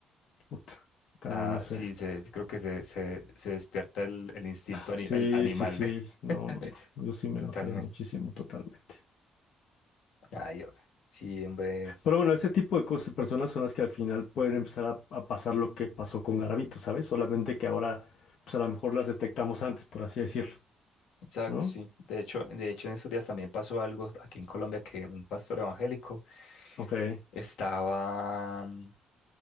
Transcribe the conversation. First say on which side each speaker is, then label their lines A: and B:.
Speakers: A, on the left; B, on the left.
A: puta, también
B: Ah,
A: no sé.
B: sí, se, creo que se, se, se despierta el, el instinto ani-
A: Sí,
B: el animal
A: sí, sí.
B: de...
A: No,
B: <laughs>
A: no, no. Yo sí me
B: Totalmente.
A: enojaría muchísimo, totalmente.
B: Ay, hombre. Sí, hombre.
A: Pero bueno, ese tipo de cosas, personas son las que al final pueden empezar a, a pasar lo que pasó con Garavito, ¿sabes? Solamente que ahora, pues a lo mejor las detectamos antes, por así decirlo,
B: Exacto,
A: ¿no?
B: sí. De hecho, de hecho, en estos días también pasó algo aquí en Colombia que un pastor evangélico
A: Ok.
B: estaba, mm,